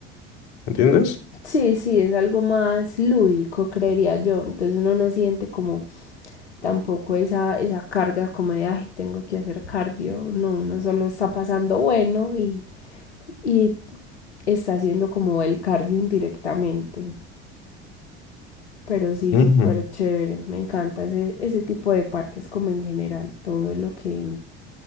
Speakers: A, on the left; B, on the left.
A: ¿me ¿entiendes?
B: Sí, sí, es algo más lúdico, creería yo. Entonces uno no siente como tampoco esa, esa carga como de, ay, tengo que hacer cardio. No, uno solo está pasando bueno y, y está haciendo como el cardio indirectamente. Pero sí,
A: Ujú.
B: súper chévere. Me encanta ese, ese tipo de parques como en general. Todo lo que,